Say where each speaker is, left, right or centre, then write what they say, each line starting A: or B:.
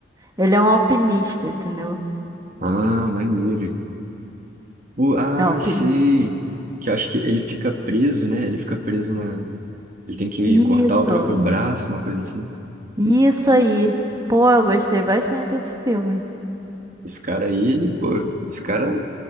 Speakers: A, on the right; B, on the right.
A: Ele é um alpinista, entendeu?
B: ah, maneiro, O- ah,
A: É alpinista.
B: sei, que eu acho que ele fica preso, né, ele fica preso na, ele tem que
A: Isso.
B: cortar o próprio braço, uma coisa assim.
A: Isso aí. Pô, eu gostei bastante desse filme.
B: Esse cara aí, ele, pô, esse cara